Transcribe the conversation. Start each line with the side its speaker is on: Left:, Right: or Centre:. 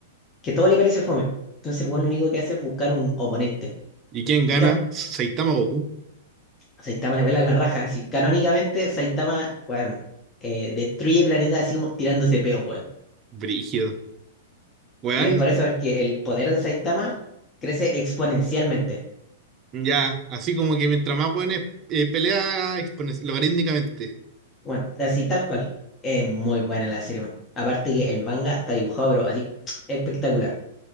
Left: que todo le parece fome. Entonces el weón lo único que hace es buscar un oponente.
Right: ¿Y quién gana?
Left: Y
Right: Saitama o Goku.
Left: Saitama le vuela la raja, así. Canónicamente, Saitama, weón, eh, destruye planetas así como tirándose peos, weón.
Right: Brígido. Weón,
Left: Y es por eso que el poder de Saitama crece exponencialmente.
Right: ya, así como que mientras más hueones eh, pelea expone- logarítmicamente.
Left: Bueno, así tal cual. Es muy buena la serie, weón. Aparte que el manga está dibujado, pero así, <tsk> espectacular.